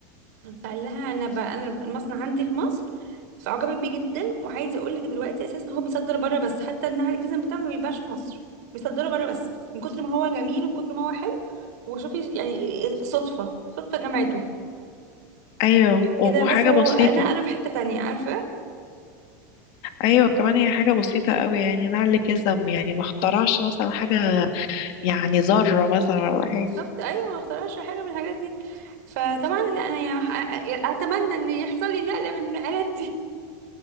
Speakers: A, on the right; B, on the left.
A: فقال لها انا بقى انا المصنع عندي في مصر فعجبت بيه جدا وعايزه اقول لك دلوقتي اساسا هو بيصدر بره بس حتى النعل الجزم بتاعه ما بيباعش في مصر بيصدره بره بس من كتر ما هو جميل ومن كتر ما هو حلو وشوفي يعني صدفه صدفه جمعته
B: ايوه وحاجه
A: كده بس هو
B: بسيطه
A: نقله في حته تانية عارفه
B: ايوه كمان هي حاجه بسيطه قوي يعني نعل جزم يعني ما اخترعش مثلا حاجه يعني ذره مثلا ولا
A: بالظبط
B: حاجه
A: ايوه ما اخترعش حاجه من الحاجات دي فطبعا لا انا يعني ح- اتمنى ان يحصل لي نقله من النقلات دي